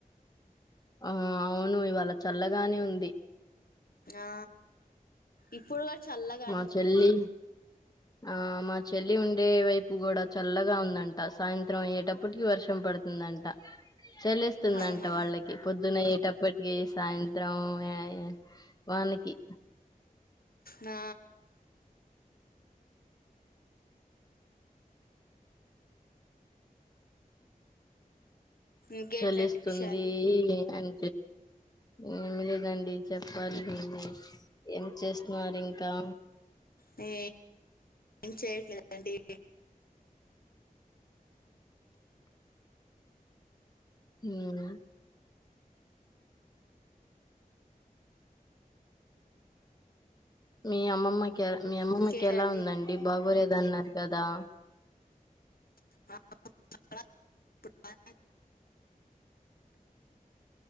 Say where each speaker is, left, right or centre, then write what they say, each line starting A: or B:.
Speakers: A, on the left; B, on the left.
A: ఆ అవును ఇవాళ చల్లగానే ఉంది
B: ఆ ఇప్పుడు చల్లగానే
A: మా చెల్లి
B: ఉండేస
A: ఆ మా చెల్లి ఉండే వైపు కూడా చల్లగా ఉందంట సాయంత్రం అయ్యేటప్పటికి వర్షం పడుతుందంట చల్లిస్తుందంట
B: అవునా
A: వాళ్ళకి పొద్దునయ్యేటప్పటికి సాయంత్రం ఆ వానకి
B: నా ఇంకేంటండి
A: చాలేస్తుంది
B: విషయాలు
A: ఇ అన్ ఎమి లేదండి చెప్పాలి మిలే ఏం చేస్తున్నారు ఇంక్ త
B: నే ఏం చెయట్లేదండి
A: హుం మీ అమ్మమ్మ మీ అమ్మమ్మకి
B: ఇంకేంటండి
A: ఎలా ఉందండి బాబోలేద అన్నార్ కదా
B: <unintelligible>